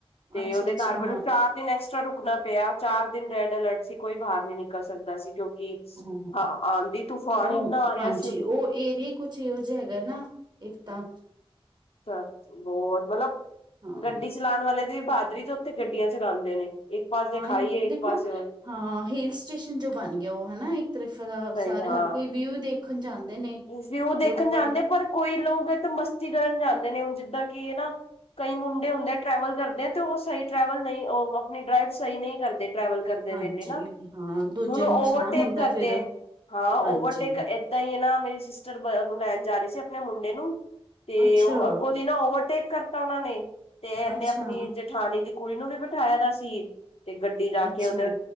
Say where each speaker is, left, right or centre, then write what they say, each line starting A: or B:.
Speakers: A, on the left; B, on the right.
A: ਤੇ
B: ਅੱਛਾ
A: ਉਹਦੇ
B: ਅੱਛਾ
A: ਘਰ ਮੈਨੂੰ ਸਾ ਇਕ ਦਿਨ ਐਕਸਟਰਾ ਰੁਕਣਾ ਪਿਆ, ਚਾਰ ਦਿਨ ਰੈਡ ਅਲਰਟ ਸੀ, ਕੋਈ ਬਾਹਰ ਨੀ ਨਿਕਲ ਸਕਦਾ ਸੀ। ਕਿਉਂ ਕਿ,
B: ਹਾਂ
A: ਆਂਦੀ- ਤੂਫਾਨ
B: ਉਹ
A: ਇੰਨਾ ਆ ਰਿਹਾ
B: ਹਾਂਜੀ
A: ਸੀ ਉੱਥੇ
B: ਉਹ ਏਰੀਆ ਕੁਛ ਯੂਜ ਹੈਗਾ ਨਾ, ਇੱਕ ਤਾਂ
A: ਜਿਆਦਾ, ਬਹੁਤ ਮਤਲਬ,
B: ਹਾਂ
A: ਗੱਡੀ ਚਲਾਉਣ ਵਾਲੇ ਦੀ ਬਹਾਦਰੀ ਜੋ ਉੱਥੇ ਗੱਡੀਆਂ ਚਲਾਂਦੇ ਨੇ। ਇੱਕ ਪਾਸੇ
B: ਹਾਂ
A: ਖਾਈ
B: ਇਹ
A: ਏ, ਇੱਕ
B: ਦੇਖੋ
A: ਪਾਸੇ ਹੋਰ
B: ਹਾਂ ਹਿਲ ਸਟੇਸ਼ਨ ਜੋ ਬਣ ਗਿਆ ਉਹ ਹਨਾ ਇੱਕ ਤਰਫ਼ ਦਾ,
A: ਸਹੀ
B: ਸਾਰੇ
A: ਹਾਂ
B: ਹਰ ਕੋਈ ਵਿਊ ਦੇਖ ਰੱਖਣ ਜਾਂਦੇ ਨੇ
A: ਵਿਊ ਦੇਖਣ
B: ਵੀ ਉੱਪਰ
A: ਜਾਂਦੇ, ਪਰ ਕੋਈ ਲੋਕ ਐ, ਤਾਂ ਮਸਤੀ ਕਰਨ ਜਾਂਦੇ ਨੇ, ਹੁਣ ਜਿੱਦਾਂ ਕਿ ਨਾ ਕਈ ਮੁੰਡੇ ਹੁੰਦੇ ਆ ਟਰੈਵਲ ਕਰਦੇ ਆ ਤੇ ਓ ਸਹੀ ਟਰੈਵਲ ਨਹੀਂ, ਆਪਣੀ ਡਰਾਈਵ ਸਹੀ ਨਹੀਂ ਕਰਦੇ ਟਰੈਵਲ। ਕਰਦੇ
B: ਹਾਂਜੀ
A: ਨੇ ਗਏ ਨਾ,
B: ਹਾਂ ਦੂਜੇ
A: ਹੁਣ ਓਵਰਟੇਕ
B: ਨੂੰ ਨੁਕਸਾਨ ਹੁੰਦਾ
A: ਕਰਦੇ
B: ਫਿਰ
A: ਐਂ, ਹਾਂ ਹੁਣ
B: ਹਾਂਜੀ
A: ਓਵਰਟੇਕ ਐਦਾਂ ਹੀ ਹੈ ਨਾ, ਮੇਰੀ ਸਿਸਟਰ ਬ ਉਹਨੂੰ ਲੈਣ ਜਾ ਰਹੀ ਸੀ ਆਪਣੇ ਮੁੰਡੇ ਨੂੰ ਤੇ
B: ਅੱਛਾ
A: ਉਹ ਅੱਗੋਂ ਦੀ ਨਾ ਓਵਰਟੇਕ ਕਰਤਾ ਉਹਨਾਂ ਨੇ, ਤੇ ਐਨੇ
B: ਅੱਛਾ
A: ਆਪਣੀ ਜ ਜੇਠਾਣੀ ਦੀ ਕੁੜੀ ਨੂੰ ਵੀ ਬਿਠਾਇਆ ਗਿਆ ਸੀ, ਤੇ ਗੱਡੀ ਜਾ
B: ਅੱਛਾ
A: ਕੇ ਉਹਦੇ,